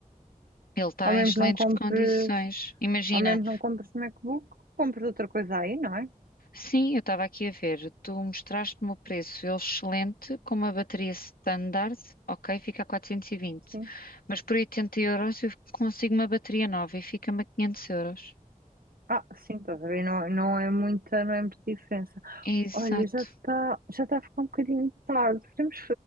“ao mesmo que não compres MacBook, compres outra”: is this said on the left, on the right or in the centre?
Right